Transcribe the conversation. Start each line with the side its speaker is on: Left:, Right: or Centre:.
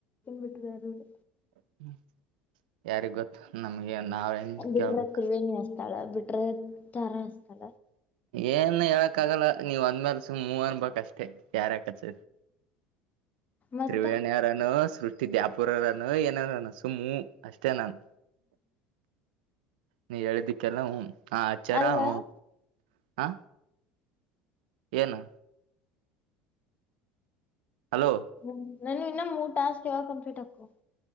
Left: ಬಿಟ್ಟ ಬಾರ ಇಲ್ಲ
Right: ಹ್ಮ ಯಾರಿಗ್ ಗೊತ್ತು ನಮ್ಗೆ ನಾವೇನ್
Left: ಬಿಟ್ರೆ
Right: ಕೇಳ್ಬಕ್
Left: ತ್ರಿವೇಣಿ ಅಚ್ಚುತಾಳ ಬಿಟ್ರೆ ತಾರಾ ಅಚ್ಚುತಾಳ.
Right: ಏನ್ ಹೇಳಕ್ ಆಗಲ್ಲ ನೀವ್ ಅಂದ್ಮೇಲೆ ಸುಮ್ ಹು ಅನ್ ಬೇಕ್ ಅಷ್ಟೇ. <unintelligible> ಕಾರಕಚ್
Left: ಮತ್ತ
Right: ತ್ರಿವೇಣಿರನು ಸೃ <unintelligible> ದ್ಯಾಪುರರಾನ ಏನಾರಾನ ಸುಮ್ಮು ಊ ಅಷ್ಟೇ ನಾನು. ನೀ ಹೇಳ್ದಕ್ಕೆಲ್ಲ ಹು ಹಚ್ಚಾರ
Left: ಅಲ್ಲ
Right: ಹು. ಹಾ ಏನು ಹಲೋ
Left: ಹ್ಮ್ ನನ್ ಇನ್ನ ಮೂರು ಟಾಸ್ಕ್ ಯಾವಾಗ ಕಂಪ್ಲೀಟ್ ಹಾಕು.